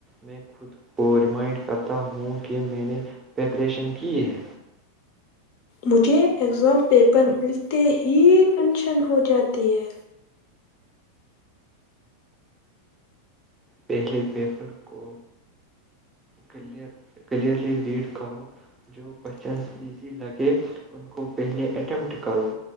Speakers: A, on the right; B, on the left.
A: میں خود کو ریمائنڈ کرتا ہوں کہ میں نے پریپریشن کی ہے
B: مجھے اگزام پیپر ملتے ہی ٹینشن ہو جاتی ہے
A: پہلے پیپر کو کلیئر کلیئرلی ریڈ کرو جو کوشچن ایزی لگے ان کو پہلے اٹمپٹ کرو